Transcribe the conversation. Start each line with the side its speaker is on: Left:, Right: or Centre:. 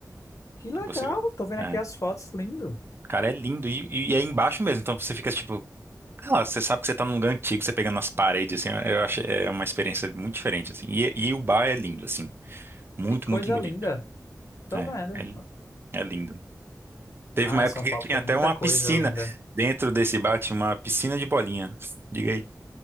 Left: Que legal.
Right: Se você ver.
Left: Tô vendo
Right: É.
Left: aqui as fotos. Lindo.
Right: Cara, é lindo. E, e- e é embaixo mesmo. Então você fica tipo, sei lá, você sabe que você tá num lugar antigo, você pegando nas paredes, assim. Eu acho é uma experiência muito diferente, assim. E, e o bar é lindo, assim. Muito,
Left: Que coisa
Right: muito bonito.
Left: linda. Tô
Right: É,
Left: vendo.
Right: é, é lindo. Teve
Left: Ah,
Right: uma época
Left: São
Right: que
Left: Paulo
Right: tinha
Left: tem
Right: até
Left: muita
Right: uma
Left: coisa
Right: piscina.
Left: linda.
Right: Dentro desse bar tinha uma piscina de bolinha. Diga aí.